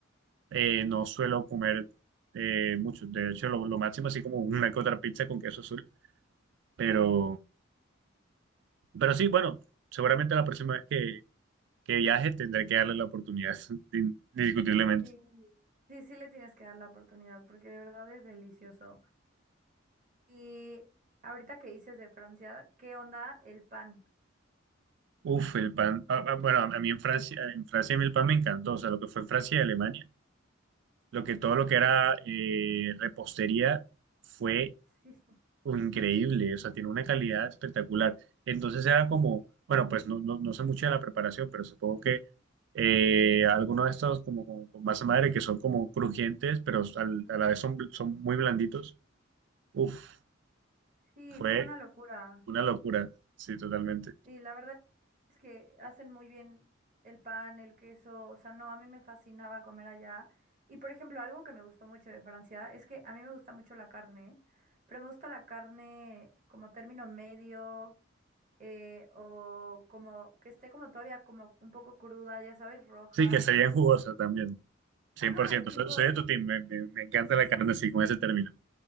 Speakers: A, on the right (about 60°); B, on the right (about 40°).
A: eh, no suelo comer eh, mucho. De hecho, lo, lo máximo así como una que otra pizza con queso azul. Pero, pero sí, bueno, seguramente la próxima vez que, que viaje tendré que darle la oportunidad, <laughs> in- indiscutiblemente.
B: Sí, sí, sí le tienes que dar la oportunidad porque de verdad es delicioso. Y ahorita que dices de Francia, ¿qué onda el pan?
A: Uf, el pan. ah, ah, bueno, a mí en Francia, en Francia a mí el pan me encantó. O sea, lo que fue en Francia y Alemania, lo que todo
B: Sí,
A: lo que era eh, repostería fue
B: <laughs> sí,
A: o increíble, o sea, tiene una calidad espectacular. Entonces era como, bueno, pues no, no, no sé mucho de la preparación, pero supongo que eh, algunos de estos como con, con masa madre que son como crujientes, pero
B: ujú.
A: al- a la vez son, bl- son muy blanditos. Uf,
B: Sí,
A: fue
B: fue una locura.
A: una locura, sí, totalmente.
B: Sí, la verdad es que hacen muy bien el pan, el queso, o sea, no, a mí me fascinaba comer allá. Y por ejemplo, algo que me gustó mucho de Francia es que a mí me gusta mucho la carne, pero me gusta la carne como término medio. eh, o como que esté como todavía como un poco cruda, ya sabes, roja.
A: Sí, que se veían jugosas también, 100%.
B: Ajá, y tipo,
A: Soy, soy de tu team, me, me me encanta
B: s-
A: la carne así con ese término.